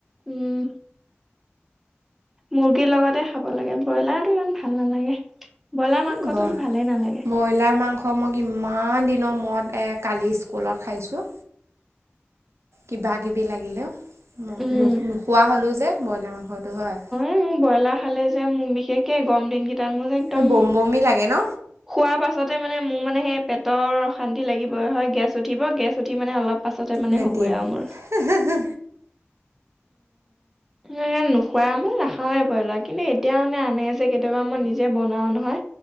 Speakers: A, in the centre; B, on the right (about 85°).
A: উম মুৰ্গীৰ লগতে খাব লাগে। ব্ৰইলাৰটো ইমান ভাল নালাগে। ব্ৰইলাৰ মাংসটো
B: উম,
A: ভালেই নালাগে।
B: ব্ৰইলাৰ মাংস মই কিমান দিন মই এ কালি স্কুলত খাইছো। কিবাকিবি লাগিলে। নো
A: উম।
B: নোখোৱা হলো যে ব্ৰইলাৰ মাংসটো হয়
A: মোক ব্ৰইলাৰ খালে যে মোক বিশেষকে গৰম দিন কেই তাৰ মই যে একদম
B: এই বম বমি লাগে ন
A: খোৱা পাছ ছতে মানে মোৰ মানে সেই পেটৰ অশান্তি লাগিব হয় গেছ উঠিব গেছ উঠি মানে অলপ পাছতে মানে
B: লেটিন
A: হ'বই আৰু মোৰ
B: উ হু হু
A: এ নোখোৱা মই নাখাওৱে ব্ৰইলাৰ কিন্তু এতিয়া মানে আনে যে কেতিয়াবা মই নিজে বনাও নহয়।